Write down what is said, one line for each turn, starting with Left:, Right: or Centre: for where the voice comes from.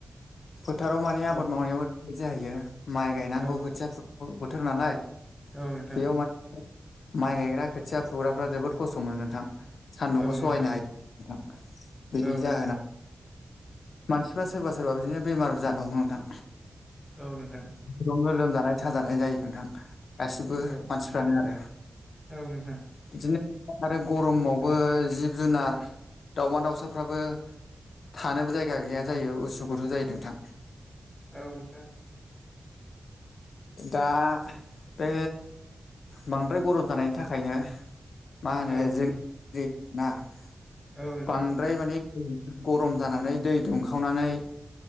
Left: फोथाराव मानि
Centre: औ
Left: आबाद मावनायाव ओरैबायदि जाहायो माइ गायनांगौ
Centre: औ
Left: खोथिया फुनाय बोथोर नालाय
Centre: औ नोंथां
Left: बेयाव माने माइ गायग्रा खोथिया फुग्राफ्रा जोबोद खस्थ' मोनो नोंथां सान्दुंखौ
Centre: औ नोंथां
Left: सहायनो हायो नोंथां बिनि
Centre: औ नोंथां
Left: जाहोना मानसिफ्रा सोरबा सोरबा बिदिनो बेमारबो जानो हमो नोंथां
Centre: औ नोंथां
Left: बिफोरावनो लोमजानाय साजानाय जायो नोंथां गासिबो
Centre: औ
Left: मानसिफ्रानो आरो
Centre: औ नोंथां
Left: बिदिनो आरो गरमावबो जिब जुनार दाउमा दाउसाफ्राबो थानोबो जायगा गैया जायो उसु गुथु जायो नोंथां
Centre: औ नोंथां
Left: दा बे बांद्राय गरम जानायनि थाखायनो मा होनो
Centre: औ
Left: <unintelligible>
Centre: औ नोंथां
Left: बांद्राय माने गरम जानानै दै दुंखावनानै